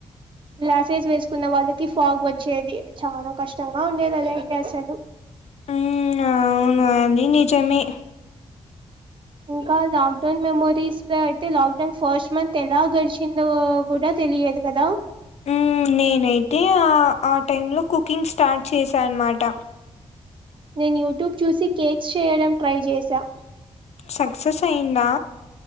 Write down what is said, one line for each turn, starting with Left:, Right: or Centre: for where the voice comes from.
Right: గ్లాసెస్ వేసుకున్న వాళ్ళకి ఫాగ్ వచ్చేది చాలా కష్టంగా ఉండేది అలా అయితే అసలు
Left: ఉ అవును అని నిజమే
Right: ఇంకా లాక్ డౌన్ మెమోరీస్ లో అయితే లాక్డౌన్ ఫస్ట్ మంత్ ఎలా గడిచిందో కూడా తెలియదు కదా
Left: మ్మ్ నేనైతే ఆ ఆ టైంలో కుకింగ్ స్టార్ట్ చేశాను అనమాట
Right: నేను యూట్యూబ్ చూసి కేక్స్ చేయడం ట్రై చేసా
Left: సక్సెస్ అయిందా